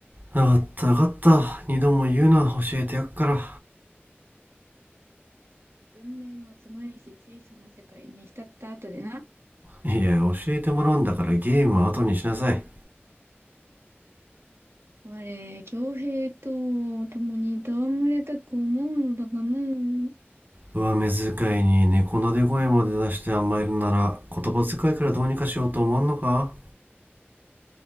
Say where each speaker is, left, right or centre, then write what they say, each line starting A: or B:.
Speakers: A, on the right; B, on the right.
A: 分かった分かった二度も言うな教えてやっから
B: 文明のつまりし小さな世界に浸った後でな。
A: いや教えてもらうんだからゲームは後にしなさい
B: 我、強兵と共に戯れたく思うのだがのう。
A: 上目遣いに猫なで声まで出して甘えるなら言葉遣いからどうにかしようと思わんのか